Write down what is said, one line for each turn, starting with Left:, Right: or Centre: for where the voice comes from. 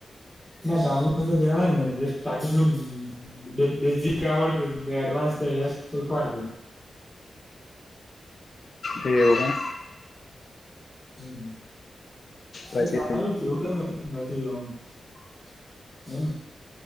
Centre: ના કામને તો દેવા ન સાચું કેમ, જો બેઝિક આવડતું હોય એડવાન્સ શીખવાડ દેય.
Left: <inaudible> એવું.
Centre: હમ.
Left: પછી
Centre: તો સારું છે એવું કઈ નથી. <inaudible> એમ